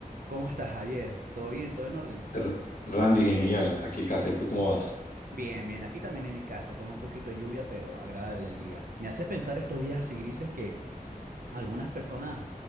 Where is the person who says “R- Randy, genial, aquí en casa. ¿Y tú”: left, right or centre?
Left